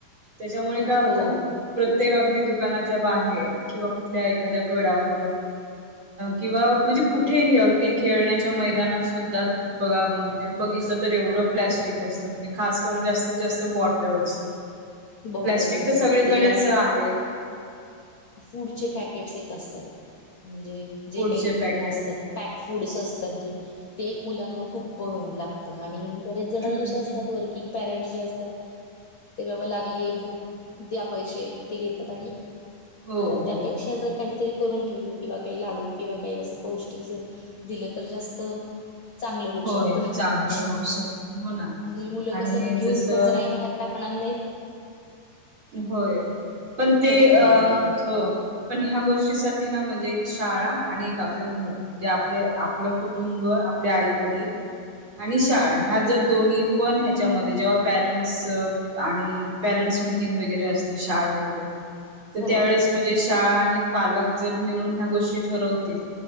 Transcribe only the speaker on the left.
खूप
हो
हो
हो,
बॉटल्स
असतात
ते आणि
फूडचे पॅकेट्स एक असतात म्हणजे जे
काही
असतात फुडस असतात जे ते एक मुलांना खूप लागत आणि बरेच जण
कशे असतात
वर्किंग पेरेट्स जे असतात इथे बाबा लागलीय भुक द्या पैसे ते घेतात आणि -
खरं त्यापेक्षा
जर काहीतरी - करून ठेवलं किंवा काही लाडू किंवा काही असं पौष्टिक जर दिलं तर जास्त चांगलं होऊ
शकत
म्हणजे मुलं
कस घेऊन
कचराही बाहेर टाक <unintelligible>
खाल्लं
जाईल त्यांच्या
हो
हो हो